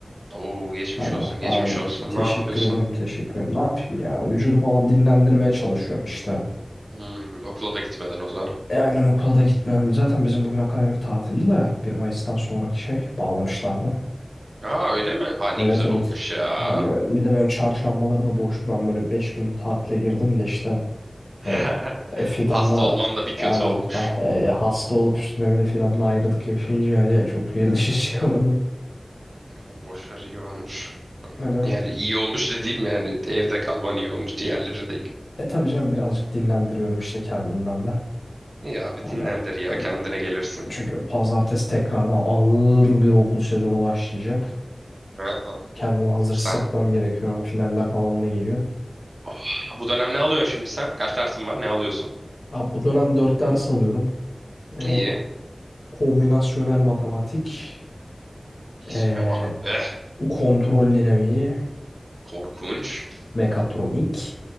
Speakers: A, on the right (about 65°); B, on the left (about 85°).
A: Oo, geçmiş
B: Hani
A: olsun, geçmiş
B: aynen.
A: olsun.
B: Teşekkür
A: Ne yapıyorsun?
B: ederim, teşekkür ederim. Ne yapayım ya? Vücudu falan dinlendirmeye çalışıyorum işte.
A: Hmm, okula da gitmedin o zaman.
B: E aynen okula da gitmiyorum. Zaten bizim bugün akademik tatildi de bir Mayıs'tan sonraki şey bağlamışlardı.
A: Aa, öyle mi? Aa, ne
B: Evet
A: güzel
B: evet.
A: olmuş ya.
B: Hani bir de benim çarşambaları da boştu. Ben böyle 5 günlük tatile girdim de işte
A: <laughs>
B: e, e, Fidan'la
A: Hasta olman da bir kötü
B: aynen
A: olmuş.
B: ha, e, e, hasta olup üstüne bir de Fidan'la ayrılık yaşayınca yani çok bir dışına <laughs> çıkamadım.
A: Ya, boş ver, iyi olmuş.
B: Hani
A: Yani iyi olmuş dediğim yani evde kalman iyi olmuş. Diğerleri değil.
B: E tabii canım birazcık dinlendiriyorum işte kendimden de.
A: İyi abi
B: Hani
A: dinlendir ya
B: öyle.
A: kendine gelirsin.
B: Çünkü pazartesi tekrardan ağır bir okul sezonu başlayacak.
A: Ha,
B: Kendimi hazır hissetmem
A: sen
B: gerekiyor. Finaller falan da geliyor.
A: Oh, bu dönem ne alıyorsun şimdi sen? Kaç dersin var? Ne alıyorsun?
B: Ya bu dönem dört ders alıyorum. E,
A: İyi.
B: kombinasyonel matematik,
A: İsme
B: e,
A: bak be.
B: kontrol dinamiği,
A: Korkunç.
B: mekatronik